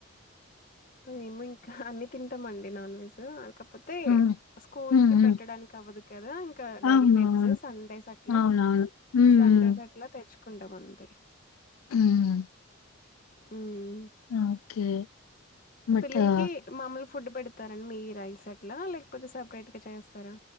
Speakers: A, on the left; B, on the left.
A: మేము ఇంకా అన్ని తింటామండి నాన్ వెజ్ కాకపోతే
B: హ్మ్.
A: స్కూల్
B: హ్మ్.
A: కి
B: హ్మ్.
A: పెట్టడానికి అవదు కదా డైలీ
B: అవునవును.
A: వెజ్ సండేస్ అట్లా
B: అవునవును. హ్మ్.
A: సండేస్ అట్లా తెచు కొంతమంది
B: హ్మ్
A: మ్మ్
B: ఓకే బట్
A: పిల్లలకి
B: ఆ,
A: మమూలు ఫుడ్ పెడతారండి మీ రైస్ అట్లా లేకపోతే సపరేట్గా చేస్తారా